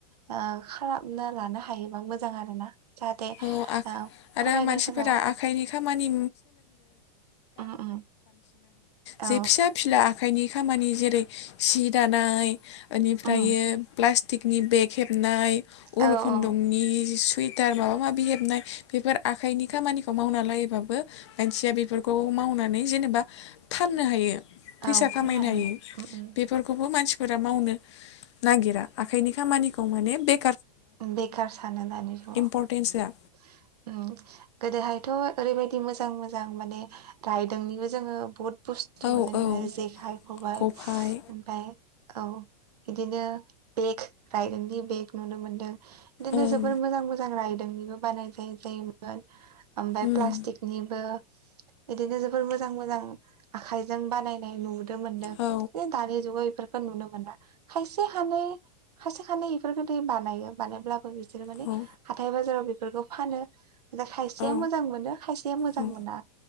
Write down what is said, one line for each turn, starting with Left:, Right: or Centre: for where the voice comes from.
Right: ओ खालाम ना लानो हायोबा मोजां आरो ना जाहाथे
Left: औ आख
Right: ओ
Left: आरो
Right: फरायनायफोराव
Left: मानसिफोरा आखाइनि खामानि
Right: उम उम औ
Left: जे फिसा फिला आखाइनि खामानि जेरै सि दानाय बेनिफ्रायो
Right: उम
Left: पस्टिकनि बेग हेबनाय उल
Right: औ
Left: खुन्दुंनि
Right: औ
Left: टुइटारनाव माबि हेबनाय बेफोर आखाइनि खामानिखौ मावना लायोबाबो मानसिया बेफोरखौ मावनानै जे नोबा फाननो हायो फैसा
Right: औ
Left: खामायनो
Right: फाननो
Left: हायो
Right: उम
Left: बेफोरखौबो मानसि फोरा मावनो नागिरा आखाइनि खामानिखौ माने बे
Right: बेखार सानो दानि जुगाव।
Left: इम्परटेन्स होआ
Right: उम गोदोहाय थ' ओरैबायदि मोजां मोजां माने रायदोंनिबो जोङो बहुद बुस्तु
Left: औ
Right: जेनोबा
Left: औ
Right: जेखाय खबबाय
Left: गफाय
Right: ओमफाय औ बिदिनो बेग रायदोंनि बेग नुनो मोनदों बिदिनो
Left: ओं
Right: जोबोर मोजां मोजां रायदोंनिबो बानायनाय जायो जायोमोन। ओमफ्राय
Left: उम
Right: प्लास्टिकनिबो बिदिनो जोबोर मोजां मोजां आखाइजों बानायनाय नु नोमोनदों।
Left: औ
Right: ओइ दानि जुगाव बे फोरखौ नुनो मोना। खायसेानै खायसे खानै बेफोरखौ बानायो बानायोब्ला बो बिसोरो माने
Left: औ
Right: हाथाय बाजाराव बेफोरखौ फानो। ओमफाय खायसेया
Left: औ
Right: मोजां मोनो खायसेया मोजां
Left: औ
Right: मोना।